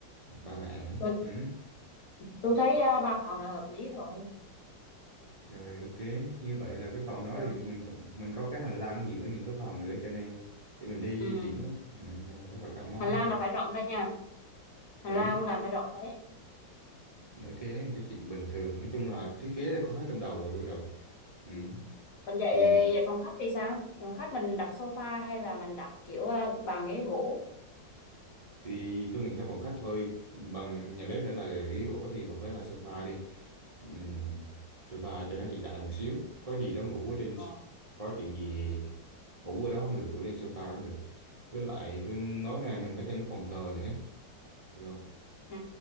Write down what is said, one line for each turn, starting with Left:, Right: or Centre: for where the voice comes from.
Right: ba mẹ nữa
Left: tôi,
Right: ừ.
Left: tôi thấy à, ba phòng là hợp lý rồi
Right: Rồi ok, như vậy là cái phòng đó
Left: rồi
Right: thì mình còn mình có cái hành lang giữa những cái phòng nữa cho nên để mình đi
Left: ừ.
Right: di chuyển á. ừ, cho nên rất là thoải mái
Left: hành lang
Right: thôi.
Left: là phải rộng ra nha hành
Right: Ừ,
Left: lang cũng là phải rộng ra đấy
Right: ok, cái chuyện bình thường. Nói chung là thiết kế là có hết trong đầu rồi tôi rồi. Ừ.
Left: Ừ. còn vậy
Right: Thì
Left: vậy phòng khách thì sao phòng khách mình đặt sofa hay là mình đặt kiểu à, bàn ghế gỗ
Right: thì tôi nghĩ là phòng khách thôi. Bằng nhà bếp đã là ghế gỗ thì phòng khách là sofa đi. Ừ, sofa cho nó hiện đại một xíu. Có gì đó ngủ ở trên
Left: Ờ.
Right: có chuyện gì ngủ ở đó không được, ngủ trên sofa cũng được. Với lại tôi nói này mình có thêm cái phòng thờ nữa. được không?
Left: ừ.